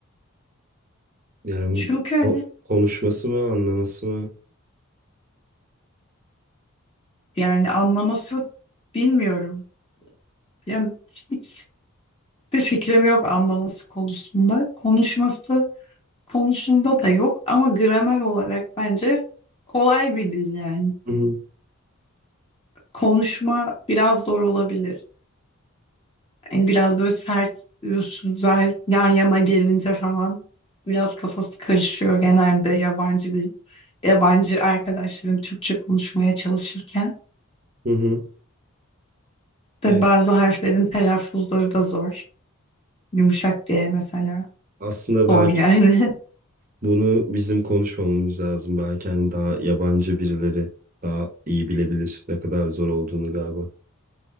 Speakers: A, on the right; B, on the left.
A: Yani
B: Çünkü hani
A: o, konuşması mı, anlaması mı?
B: yani anlaması bilmiyorum. Yani hiçbir fikrim yok anlaması konusunda. Konuşması Konusunda da yok ama gramer olarak bence kolay bir dil yani.
A: Hı hı.
B: Konuşma biraz zor olabilir. Yani biraz böyle sert üsluplar yan yana gelince falan biraz kafası karışıyor genelde yabancı dil. Yabancı arkadaşlarım Türkçe konuşmaya çalışırken
A: Hı hı. Evet,
B: de bazı harflerin telaffuzları da zor. Yumuşak diye mesela
A: aslında
B: zor
A: belki
B: yani. <laughs>
A: Bunu bizim konuşmamamız lazım. Belki hani daha yabancı birileri daha iyi bilebilir ne kadar zor olduğunu galiba.